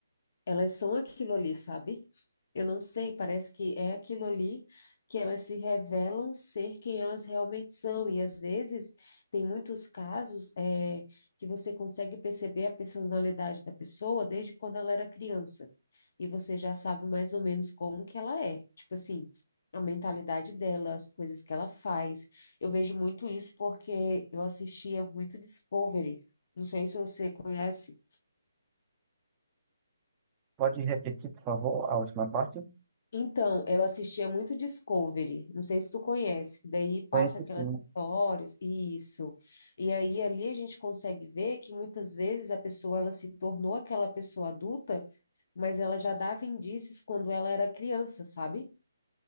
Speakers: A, on the left (about 50°); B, on the right (about 15°).
A: elas são aquilo ali, sabe? Eu não sei, parece que é aquilo ali que elas se revelam ser quem elas realmente são. E às vezes tem muitos casos é, que você consegue perceber a personalidade da pessoa desde quando ela era criança. E você já sabe mais ou menos como que ela é. Tipo assim, a mentalidade dela, as coisas que ela faz. Eu vejo muito isso porque eu assistia muito Discovery. Não sei se você conhece.
B: Pode repetir, por favor, a última parte?
A: Então, eu assistia muito Discovery, não sei se tu conhece, que daí passa
B: Conhece
A: aquelas
B: sim,
A: histórias, isso. E aí ali a gente consegue ver que muitas vezes a pessoa ela se tornou aquela pessoa adulta, mas ela já dava indícios quando ela era criança, sabe?